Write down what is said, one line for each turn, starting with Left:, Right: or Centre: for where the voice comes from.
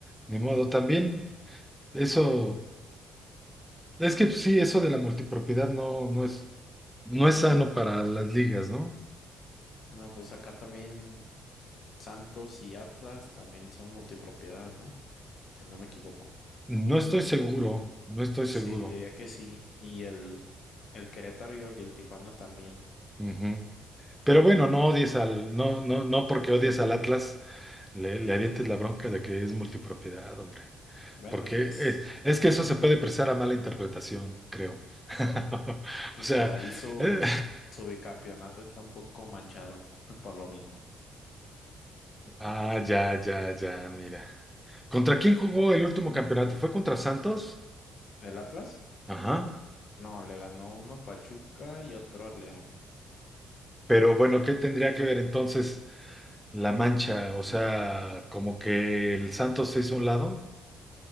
Centre: ni modo. También eso, es que sí, eso de la multipropiedad no, no es, no es sano para las ligas, ¿no?
Left: No, pues acá también Santos y Atlas también son multipropiedad, ¿no? Si no me equivoco.
Centre: No estoy seguro, no estoy seguro.
Left: Sí, diría que sí. Y el, el Querétaro y el y el Tijuana también.
Centre: Ujú. Pero bueno, no odies al, no, no, no porque odies al Atlas, le, le avientes la bronca de que es multipropiedad, hombre.
Left: Bueno,
Centre: Porque
Left: pues,
Centre: eh, es, que eso se puede prestar a mala interpretación, creo. <laughs>
Left: pues
Centre: O sea,
Left: por ahí sus,
Centre: eh,
Left: su bicampeonato está un poco manchado <laughs> por lo mismo.
Centre: <laughs> ah, ya, ya, ya, mira. ¿Contra quién jugó el último campeonato? ¿Fue contra Santos?
Left: ¿El Atlas?
Centre: Ajá.
Left: No, le ganó uno a Pachuca y otro a León.
Centre: Pero bueno, ¿qué tendría que ver entonces la mancha? O sea, como que el Santos se hizo a un lado,